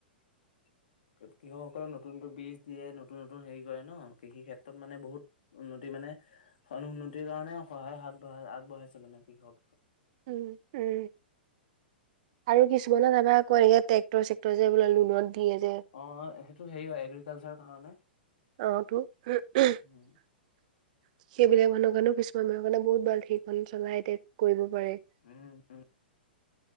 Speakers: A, on the left; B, on the right.
A: <inaudible> কৃষকসকলে নতুন, নতুন বীজ দিয়ে, নতুন, নতুন হেৰি কৰে ন, কৃষি ক্ষেত্ৰত মানে বহুত উন্নতি মানে। উন্নতিৰ কাৰণে সহায় আগবঢ়াই, আগবঢ়াইছে মানে কৃষক
B: উম, উম আৰু কিছুমানত আমা কয় যে একে টেক্টৰ-চেক্টৰ যে বোলে লোনত দিয়ে যে
A: অ', সেইটো হেৰি হয় এগ্ৰিকালচাৰ কাৰণে।
B: অ', এইবোৰ। সেইবিলাক
A: উম
B: মানুহ কাৰণেও কিছুমান মানুহৰ কাৰণে বহুত <unintelligible> সেইখন চলাই কৰিব। কৰে।
A: উম উম